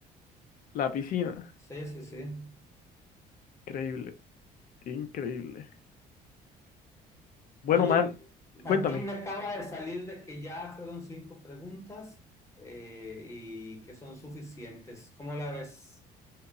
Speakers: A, on the left; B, on the left.
A: la piscina.
B: sí, sí, sí.
A: Increíble, increíble. Bueno,
B: Oye,
A: man,
B: aquí
A: cuéntame.
B: me acaba de salir de que ya fueron cinco preguntas eh, y que son suficientes. ¿Cómo la ves?